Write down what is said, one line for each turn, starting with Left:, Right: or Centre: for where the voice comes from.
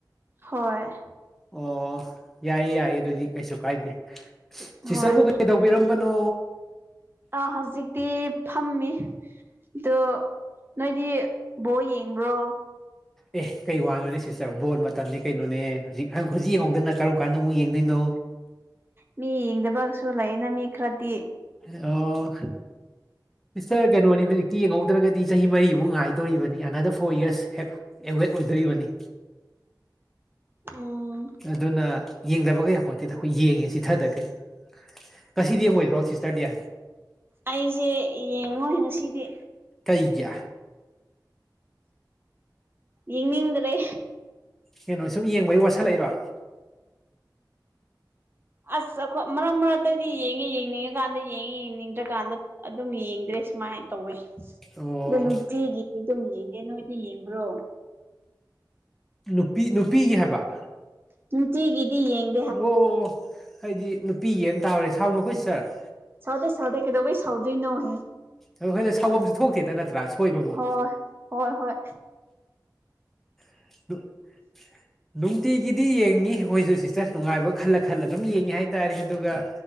Right: ꯍꯣꯏ
Centre: ꯑꯣ ꯌꯥꯏꯌꯦ ꯌꯥꯏꯌꯦ ꯑꯗꯨꯗꯤ ꯀꯩꯁꯨ ꯀꯥꯏꯗꯦ ꯁꯤꯤꯁꯔꯕꯨ
Right: ꯍꯣꯏ
Centre: ꯀꯩꯗ ꯇꯧꯕꯤꯔꯝꯕꯅꯣ
Right: ꯑꯥ ꯍꯧꯖꯤꯛꯇꯤ ꯐꯝꯃꯤ ꯑꯗꯣ ꯅꯣꯏꯗꯤ ꯕꯣ ꯌꯦꯡꯕ꯭ꯔꯣ
Centre: ꯑꯦ ꯀꯩ ꯋꯥꯅꯣꯅꯦ ꯁꯤꯁꯇꯔ ꯕꯣꯜ ꯃꯇꯝꯅꯤ ꯀꯩꯅꯣꯅꯦ ꯍꯨꯖꯤꯛ ꯍꯨꯖꯤꯛ ꯌꯦꯡꯍꯧꯗꯅ ꯀꯔꯝ ꯀꯥꯟꯗ ꯑꯃꯨꯛ ꯌꯦꯡꯗꯣꯏꯅꯣ
Right: ꯃꯤ ꯌꯦꯡꯗꯕꯁꯨ ꯂꯩꯌꯦꯅ ꯃꯤ ꯈꯔꯗꯤ
Centre: ꯑꯣ ꯁꯤꯁꯇꯔ ꯀꯩꯅꯣꯅꯤ ꯍꯧꯖꯤꯛꯇꯤ ꯌꯦꯡꯉꯧꯗ꯭ꯔꯒꯗꯤ ꯆꯍꯤ ꯃꯔꯤꯃꯨꯛ ꯉꯥꯏꯗꯣꯔꯤꯕꯅꯤ ꯑꯅꯗꯔ ꯐꯣꯔ ꯌꯔꯁ ꯍꯦꯞ ꯑꯦꯋꯦꯠ ꯑꯣꯏꯗꯣꯔꯤꯕꯅꯤ
Right: ꯎꯝ
Centre: ꯑꯗꯨꯅ ꯌꯦꯡꯗꯕ ꯌꯥꯄꯣꯠꯇꯦꯗ ꯈꯣꯏ ꯌꯦꯡꯉꯦ ꯆꯤꯊꯗꯒꯩ ꯉꯁꯤꯗꯤ ꯌꯦꯡꯉꯣꯏꯗ꯭ꯔꯣ ꯁꯤꯁꯇꯔꯗꯤ
Right: ꯑꯩꯖꯦ ꯌꯦꯡꯉꯣꯏ ꯉꯁꯤꯗꯤ
Centre: ꯀꯩꯒꯤ
Right: ꯌꯦꯅꯤꯡꯗ꯭ꯔꯦ
Centre: ꯀꯩꯅꯣ ꯁꯨꯝ ꯌꯦꯡꯕꯩ ꯋꯥꯁꯜꯂꯛꯏꯔꯣ
Right: ꯑꯁ ꯑꯈꯣ ꯃꯔꯛ ꯃꯔꯛꯇꯗꯤ ꯌꯦꯡꯉꯤ ꯌꯦꯡꯅꯤꯡꯉꯀꯥꯟꯗ ꯌꯦꯡꯉꯤ ꯌꯦꯡꯅꯤꯡ ꯗ꯭ꯔꯀꯥꯟꯗ ꯑꯗꯨꯝ ꯌꯦꯡꯗ꯭ꯔꯦ ꯁꯨꯃꯥꯏ ꯇꯧꯋꯦ
Centre: ꯑꯣ
Right: ꯗꯣ ꯅꯨꯡꯇꯤꯒꯤ ꯃꯤ ꯗꯨꯝ ꯌꯦꯡꯗꯦ ꯅꯣꯏꯗꯤ ꯌꯦꯡꯕ꯭ꯔꯣ
Centre: ꯅꯨꯄꯤ ꯅꯨꯄꯤꯒꯤ ꯍꯥꯏꯕ
Right: ꯅꯨꯇꯤꯒꯤꯗꯤ ꯌꯦꯡ
Centre: ꯑꯣ ꯑꯩꯗꯤ ꯅꯨꯄꯤꯒꯤ ꯇꯥꯎꯔꯦ ꯁꯥꯎꯅꯨꯀꯣ ꯁꯤꯁꯇꯔ
Right: ꯁꯥꯎꯗꯦ ꯁꯥꯎꯗꯦ ꯀꯩꯗꯧꯕꯩ ꯁꯥꯎꯗꯣꯏ ꯅꯍꯦ
Centre: ꯑ ꯍꯣꯏꯅꯦ ꯁꯥꯎꯕꯝꯁꯨ ꯊꯣꯛꯇꯦꯗ ꯅꯠꯇ꯭ꯔꯥ ꯁꯣꯏꯕꯕꯨ
Right: ꯍꯣꯏ ꯍꯣꯏ ꯍꯣꯏ
Centre: <inaudible> ꯅꯨꯡꯇꯤꯒꯤꯗꯤ ꯌꯦꯡꯉꯤ ꯑꯈꯣꯏꯖꯨ ꯁꯤꯁꯇ ꯅꯨꯡꯉꯥꯏꯕ ꯈꯜꯂ ꯈꯜꯂ ꯑꯗꯨꯝ ꯌꯦꯡꯉꯤ ꯍꯥꯏꯇꯥꯔꯦ ꯑꯗꯨꯒ